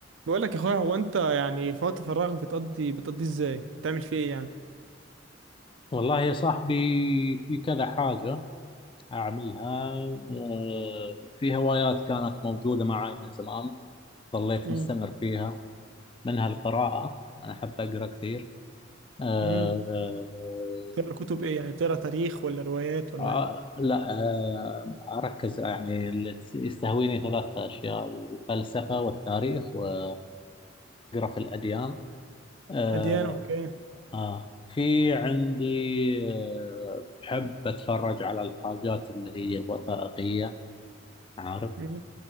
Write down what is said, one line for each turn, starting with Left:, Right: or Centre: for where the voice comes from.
Right: بقول لك يا اخويا هو انت يعني في وقت فراغ بتقضي بتقضيه ازاي بتعمل فيه ايه يعني
Left: والله يا صاحبي في كذا حاجة أعملها آه، في هوايات كانت موجودة معي من زمان ظليت
Right: امم
Left: مستمر فيها منها القراءة أنا أحب أقرأ كثير آه،
Right: امم بتقرا كتب ايه يعني بتقرا تاريخ ولا روايات ولا
Left: آه،
Right: ايه
Left: لا آه، أركز يعني اللي تس- يستهويني ثلاث أشياء الفلسفة والتاريخ وأقرأ في الأديان آه،
Right: اديان اوكي
Left: آه، في عندي آه، بحب أتفرج على الحاجات اللي هي الوثائقية عارف
Right: امم